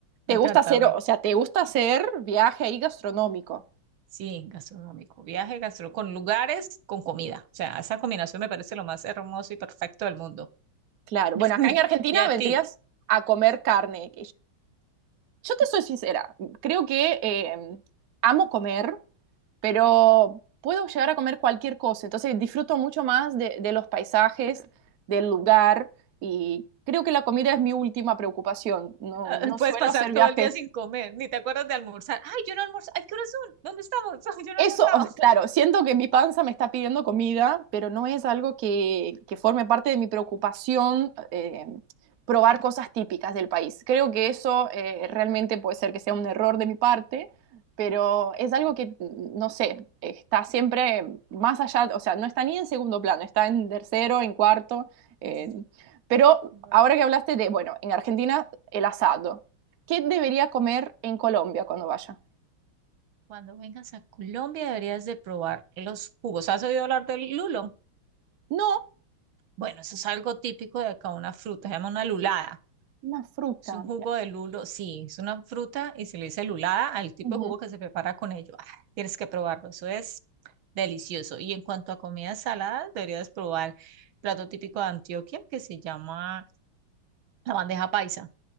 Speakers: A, on the right (about 60°); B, on the right (about 75°).
A: ¿Te
B: me encanta,
A: gusta hacer,
B: me-
A: o sea, te gusta hacer viaje ahí gastronómico?
B: sí, gastronómico, viaje, gastro, con lugares, con comida. O sea, esa combinación me parece lo más hermoso y perfecto del mundo.
A: Claro,
B: <laughs>
A: bueno, acá
B: Uy,
A: en Argentina
B: Y a
A: vendrías
B: ti,
A: a comer carne. Yo te soy sincera, creo que eh, amo comer, pero puedo llegar a comer cualquier cosa, entonces disfruto mucho más de, de los paisajes, del lugar y creo que la comida es mi última preocupación. No,
B: ah,
A: no
B: puedes
A: suelo
B: pasar
A: hacer
B: todo
A: viajes
B: el día sin comer, ni te acuerdas de almorzar. Ay, yo no almorzo. Ay, ¿qué horas son? ¿Dónde estamos? <laughs> Ay, yo no
A: Eso,
B: he almorzado.
A: o sea, claro, siento que mi panza me está pidiendo comida, pero no es algo que, que forme parte de mi preocupación eh, probar cosas típicas del país. Creo que eso eh, realmente puede ser que sea un error de mi parte, pero es algo que, no sé, está siempre más allá, o sea, no está ni en segundo plano, está en tercero, en cuarto. eh,
B: <laughs>
A: pero
B: Bueno,
A: ahora que hablaste de, bueno, en Argentina el asado, ¿qué debería comer en Colombia cuando vaya?
B: Cuando vengas a Colombia deberías de probar los jugos. ¿Has oído hablar del lulo?
A: No,
B: Bueno, eso es algo típico de acá, una fruta, se llama una lulada.
A: una fruta.
B: Es un jugo de lulo, sí, es una fruta y se le dice lulada al tipo
A: Ujú.
B: de jugo que se prepara con ello. Ah, tienes que probarlo, eso es delicioso. Y en cuanto a comidas saladas, deberías probar plato típico de Antioquia que se llama La bandeja paisa,